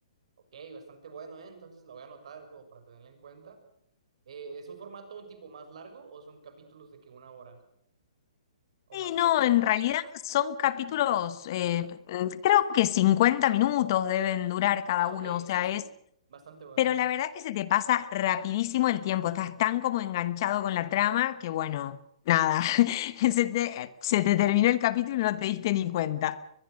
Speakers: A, on the right; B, on the left.
A: Ok, bastante bueno, ¿eh? Entonces lo voy a anotar como para tenerla en cuenta. Eh, ¿es un formato un tipo más largo o son capítulos de que una hora o
B: Sí,
A: más corto,
B: no, en
A: perdón?
B: realidad son capítulos, eh, creo que 50 minutos deben durar cada
A: Ah,
B: uno,
A: ok,
B: o sea,
A: sí, sí.
B: es,
A: Bastante bueno,
B: pero
A: entonces.
B: la verdad que se te pasa rapidísimo el tiempo, estás tan como enganchado con la trama que bueno, nada, <laughs> se te, se te terminó el capítulo y no te diste ni cuenta.